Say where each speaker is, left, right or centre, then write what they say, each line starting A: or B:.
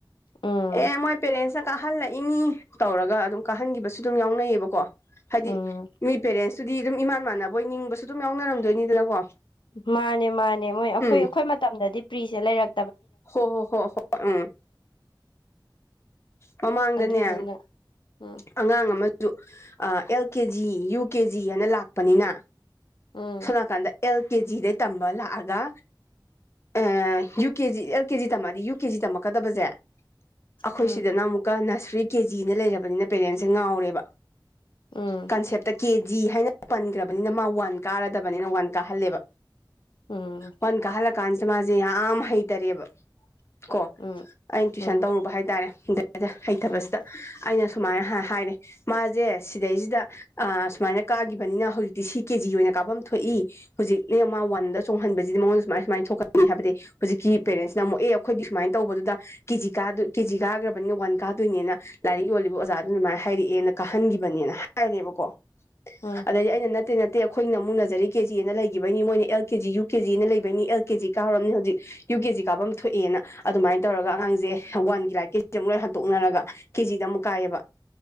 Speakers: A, on the left (about 85°); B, on the left (about 35°).
A: ꯎꯝ
B: ꯑꯦ ꯃꯣꯏ ꯄꯦꯔꯦꯟꯁ ꯆ ꯀꯥꯍꯜꯂꯛꯏꯅꯤ ꯇꯧꯔꯒ ꯑꯗꯨꯝ ꯀꯥꯍꯟꯒꯤꯕꯁꯨ ꯑꯗꯨꯝ ꯌꯥꯎꯅꯩꯌꯦꯕꯀꯣ ꯍꯥꯏꯗꯤ
A: ꯎꯝ
B: ꯃꯤ ꯄꯦꯔꯦꯟꯁꯇꯨꯗꯤ ꯑꯗꯨꯝ ꯏꯃꯥꯟ ꯃꯥꯟꯅꯕꯣꯏ ꯅꯤꯡꯕꯁꯨ ꯑꯗꯨꯝ ꯌꯥꯎꯅꯔꯝꯗꯣꯏꯅꯤꯗꯅꯀꯣ
A: ꯃꯥꯅꯦ ꯃꯥꯅꯦ ꯃꯣꯏ ꯑꯈꯣꯏ
B: ꯎꯝ
A: ꯑꯈꯣꯏ ꯃꯇꯝꯗꯗꯤ ꯄ꯭ꯔꯤꯁꯦ ꯂꯩꯔꯛ
B: ꯍꯣ ꯍꯣ ꯍꯣ ꯍꯣ ꯎꯝ ꯃꯃꯥꯡꯗꯅꯦ
A: ꯑꯗꯨꯗꯨꯅ ꯎꯝ
B: ꯑꯉꯥꯡ ꯑꯃ ꯖꯨ ꯑ L K G U K G ꯑꯅ ꯂꯥꯛꯄꯅꯤꯅ
A: ꯎꯝ
B: ꯁꯣꯝ ꯅꯥꯀꯥꯟꯗ ꯑꯦꯜ ꯀꯦ ꯖꯤ ꯗꯩ ꯇꯝꯕ ꯂꯥꯛꯑꯒ ꯑ ꯌꯨ ꯀꯦꯖꯤ ꯑꯦꯜ ꯀꯦꯖꯤ ꯇꯝꯃꯛꯑꯗꯤ ꯌꯨ ꯀꯦ ꯖꯤ ꯇꯝꯃꯛꯀꯗꯕꯖꯦ ꯑꯈꯣꯏ
A: ꯎꯝ
B: ꯁꯤꯗꯅ ꯑꯃꯨꯛꯀ ꯅꯁꯔꯤ ꯀꯦ ꯖꯤꯅ ꯂꯩꯔꯕꯅꯤꯅ ꯄꯦꯔꯦꯟꯁꯁꯦ ꯉꯥꯎꯔꯦꯕ
A: ꯎꯝ
B: ꯀꯟꯁꯦꯞꯇ ꯀꯦ ꯖꯤ ꯍꯥꯏꯅ ꯄꯟꯒ꯭ꯔꯕꯅꯤꯅ ꯃꯥ ꯋꯥꯟ ꯀꯥꯔꯗꯕꯅꯦꯅ ꯋꯥꯟ ꯀꯥꯍꯜꯂꯦꯕ
A: ꯎꯝ
B: ꯋꯥꯟ ꯀꯥꯍꯜꯂ ꯀꯥꯟꯖꯤꯗ ꯃꯥꯖꯦ ꯌꯥꯝ ꯍꯩꯇꯔꯦꯕ ꯀꯣ
A: ꯎꯝ
B: ꯑꯩꯅ ꯇꯨꯏꯁꯟ
A: ꯎꯝ
B: ꯇꯧꯔꯨꯕ ꯍꯥꯏꯇꯥꯔꯦ ꯑꯗꯩꯗ ꯍꯩꯇꯕꯁꯤꯗ
A: ꯎꯝ
B: ꯑꯩꯅ ꯁꯨꯃꯥꯏꯅ ꯍꯥ ꯍꯥꯏꯔꯦ ꯃꯥꯖꯦ ꯁꯤꯗꯩꯁꯤꯗ ꯑꯥ ꯁꯨꯃꯥꯏꯅ ꯀꯥꯒꯤꯕꯅꯤꯅ ꯍꯧꯖꯤꯛꯇꯤ ꯁꯤ ꯀꯦꯖꯤ ꯑꯣꯏꯅ ꯀꯥꯕꯝ ꯊꯣꯛꯏ ꯍꯨꯖꯤꯛꯅꯦ ꯃꯥ ꯋꯥꯟꯗ ꯆꯣꯡ ꯍꯟꯕꯖꯤꯗ ꯃꯉꯣꯟꯗ ꯁꯨꯃꯥꯏ ꯁꯨꯃꯥꯏ ꯊꯣꯛꯀꯅꯤ ꯍꯥꯏꯕꯗꯤ ꯍꯨꯖꯤꯛꯀꯤ ꯄꯦꯔꯦꯟꯁꯅ ꯑꯃꯨꯛ ꯑꯦ ꯑꯈꯣꯏꯗꯤ ꯁꯨꯃꯥꯏꯅ ꯇꯧꯕꯗꯨꯗ ꯀꯦꯖꯤ ꯀꯥꯗꯣꯏ ꯀꯦꯖꯤ ꯀꯥꯒ꯭ꯔꯕꯅꯤꯅ ꯋꯥꯟ ꯀꯥꯗꯣꯏꯅꯦꯅ ꯂꯥꯏꯔꯤꯛ ꯌꯣꯜꯂꯤꯕ ꯑꯣꯖꯥꯗꯨꯅ ꯑꯗꯨꯃꯥꯏ ꯍꯥꯏꯔꯛꯑꯦꯅ ꯀꯥꯍꯟꯒꯤꯕꯅꯦꯅ ꯍꯥꯏꯔꯦꯕꯀꯣ
A: ꯎꯝ
B: ꯑꯗꯩꯗꯤ ꯑꯩꯅ ꯅꯠꯇꯦ ꯅꯠ ꯑꯈꯣꯏꯒꯤꯅ ꯑꯃꯨꯛ ꯅꯖꯔꯤ ꯀꯦ ꯖꯤ ꯑꯅ ꯂꯩꯒꯤꯕꯩꯅꯤ ꯃꯣꯏꯅ L K G U K G ꯑꯅ ꯂꯩꯕꯩꯅꯤ ꯑꯦꯜ ꯀꯦ ꯖꯤ ꯀꯥ ꯍꯧꯔꯝꯅꯤ ꯍꯧꯖꯤꯛ ꯌꯨ ꯀꯦꯖꯤ ꯀꯥꯕꯝ ꯊꯣꯛꯑꯦꯅ ꯑꯗꯨꯃꯥꯏ ꯇꯧꯔꯒ ꯑꯉꯥꯡꯖꯦ ꯋꯥꯟꯒꯤ ꯂꯥꯏꯔꯤꯛ ꯀꯩꯖꯦ ꯑꯃꯨꯛ ꯂꯣꯏ ꯍꯟꯇꯣꯛꯅꯔꯒ ꯀꯦꯖꯤꯗ ꯑꯃꯨꯛ ꯀꯥꯏꯌꯦꯕ